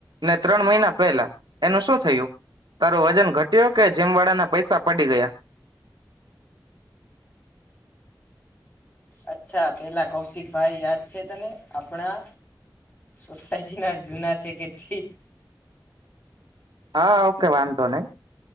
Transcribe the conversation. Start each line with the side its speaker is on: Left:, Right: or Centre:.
Right: ને ત્રણ મહિના પહેલા એનું શું થયું તારો વજન ઘટયો કે જીમ વાળાના પૈસા પડી ગયા
Left: અચ્છા પેલા કૌશિક ભાઈ યાદ છે, તને આપણા સોસાય ના જુના શેકે છે <inaudible>
Right: હા ઓકે વાંધો નહી